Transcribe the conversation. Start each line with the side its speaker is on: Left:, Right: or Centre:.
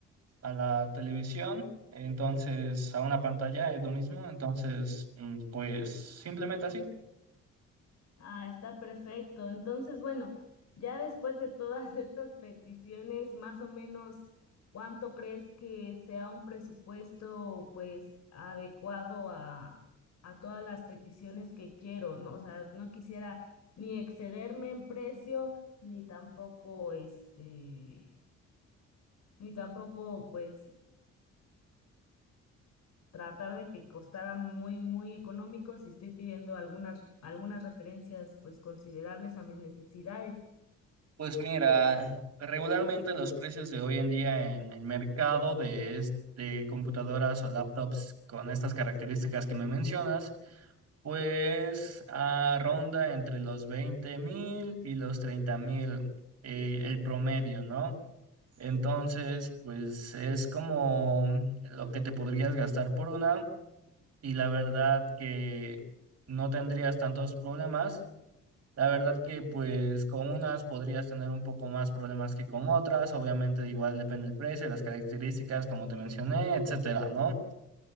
Right: a la televisión, entonces a una pantalla es lo mismo, entonces mm, pues simplemente así.
Left: Ah, está perfecto. Entonces, bueno, ya después de todas <laughs> estas peticiones, más o menos, ¿cuánto crees que sea un presupuesto, pues, adecuado a, a todas las peticiones que quiero, ¿no? O sea, no quisiera ni excederme en precio, ni tampoco, este, ni tampoco, pues, tratar de que costara muy, muy económico si estoy pidiendo algunas, algunas referencias, pues, considerables a mis necesidades.
Right: Pues mira, regularmente los precios de hoy en día en el mercado de, es- de computadoras o laptops con estas características que me mencionas, pues ah, ronda entre los veinte mil y los treinta mil eh, el promedio, ¿no? Entonces, pues es como lo que te podrías gastar por una y la verdad que no tendrías tantos problemas la verdad que pues con unas podrías tener un poco más problemas que con otras, obviamente igual depende el precio, las características, como te mencioné, etcétera, ¿no?